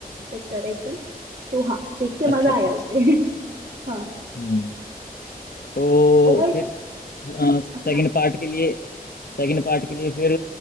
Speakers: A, on the right; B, on the left.
A: पिक्चर है एकदम तो हाँ देख के मजा
B: अच्छा अच्छा
A: आया
B: अच्छा,
A: उसे <laughs> हाँ
B: हम्म तो
A: और
B: फिर सेकंड
A: हाँ
B: पार्ट के लिए सेकंड पार्ट के लिए फिर